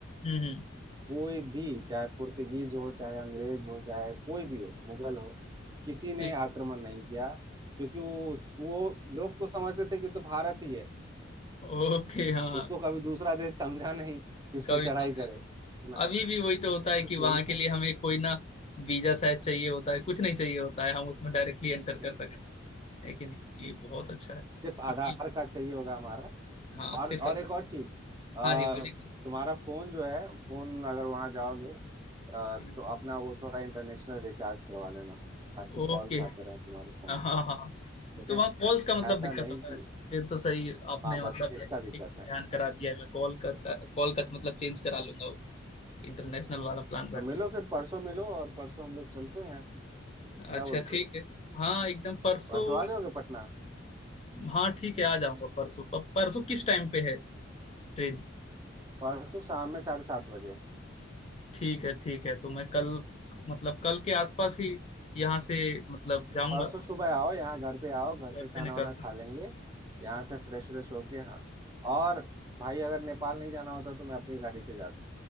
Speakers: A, on the left (about 30°); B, on the right (about 20°).
A: हम्म हम्म
B: कोई भी चाहे पुर्तगीज हो चाहे अंग्रेज हो चाहे कोई भी हो मुगल हो किसी ने
A: एक-
B: आक्रमण नहीं किया क्योंकि वो उस- वो लोग तो समझते थे कि वो तो भारत ही है
A: ओके हाँ
B: उसको कभी दूसरा देश समझा नहीं कि उस
A: कभी
B: पर चढ़ाई
A: समझा
B: करे ना
A: अभी भी वही तो होता है
B: बस
A: कि वहां
B: यही
A: के
B: था
A: लिए हमें कोई ना वीजा शायद चाहिए होता है कुछ नहीं चाहिए होता है हम उसमें डायरेक्टली एंटर कर
B: नहीं
A: सकते हैं है कि नहीं ये बहुत अच्छा है
B: सिर्फ
A: इसीलिए
B: आधार कार्ड चाहिए होगा हमारा
A: हाँ
B: और
A: सिर्फ आधार
B: और एक और चीज अ,
A: हाँ जी बोलिए बोलिए।
B: तुम्हारा फोन जो है फोन अगर वहां जाओगे अ,
A: हाँ,
B: तो अपना वो थोड़ा इंटरनेशनल रिचार्ज करवा लेना ताकि कॉल्स
A: ओके
B: आते रहे तुम्हारे
A: हाँ
B: फोन
A: हाँ
B: पे
A: हाँ।
B: ठीक
A: तो
B: है
A: वहाँ कॉल्स का मतलब
B: ऐसा
A: दिक्कत
B: नहीं
A: होता
B: कि
A: है फिर तो सही आपने
B: हाँ
A: मतलब
B: बस इसका दिक्कत
A: एक ध्यान
B: है
A: करा दिया है मैं कॉल कर कॉल का मतलब चेंज करा लूंगा वो इंटरनेशनल वाला प्लान भर
B: तो
A: लूंगा
B: मिलो फिर परसों मिलो और परसों हम लोग चलते हैं क्या
A: अच्छा
B: बोलते
A: ठीक
B: हो
A: है हाँ एकदम परसों
B: परसों आ जाओगे पटना
A: हाँ ठीक है आ जाऊंगा परसों प- परसों किस टाइम पे है ट्रेन
B: परसों शाम में साढ़े सात बजे
A: ठीक है ठीक है तो मैं कल मतलब कल के आसपास ही यहाँ से मतलब जाऊंगा
B: परसों सुबह आओ यहाँ
A: घर से
B: घर पे आओ घर
A: घर
B: पे
A: से
B: खाना
A: निकलता
B: वाना खा लेंगे यहाँ से फ्रेश व्रेश होके हाँ और भाई अगर नेपाल नहीं जाना होता तो मैं अपनी गाड़ी से जाता